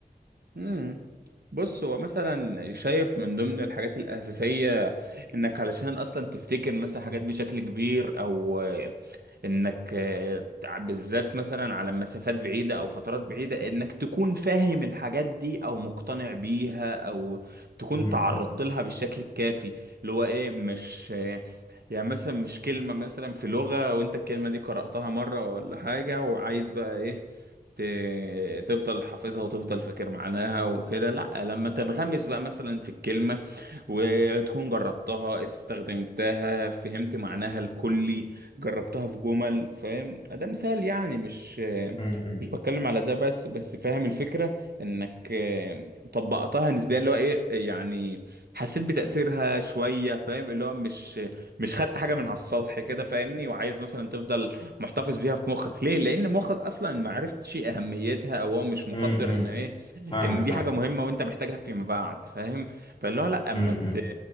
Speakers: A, on the right (about 80°); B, on the left (about 35°).
A: امم بص هو مثلا شايف من ضمن الحاجات الأساسية انك علشان اصلا تفتكر مثلا حاجات بشكل كبير او آه، انك آه، تع- بالذات مثلا على مسافات بعيدة او فترات بعيدة انك تكون فاهم الحاجات دي او مقتنع بيها او تكون
B: أمم،
A: تعرضت
B: أمم،
A: لها بالشكل الكافي اللي هو ايه مش آه، يعني مثلا مش كلمة مثلا في لغة وانت الكلمة دي قرأتها مرة ولا حاجة وعايز بقى ايه ت- تفضل حافظها وتفضل فاكر معناها وكده لا لما تنغمس بقى مثلا في الكلمة وتكون جربتها استخدمتها فهمت معناها الكلي جربتها في جمل فاهم ده مثال يعني مش
B: أمم،
A: مش بتكلم على ده بس بس فاهم الفكرة انك آه، طبقتها نسبيا اللي هو ايه يعني حسيت بتأثيرها شوية فاهم اللي هو مش مش خدت حاجة من على السطح كده فاهمني وعايز مثلا تفضل محتفظ بيها في مخك ليه لان مخك اصلا ما عرفتش اهميتها او هو مش مقدر
B: أمم، أمم،
A: ان ايه
B: فاهمك
A: ان دي
B: فاهم
A: حاجة مهمة وانت محتاجها فيما بعد فاهم فاللي هو لا اما
B: أمم، أمم.
A: ت...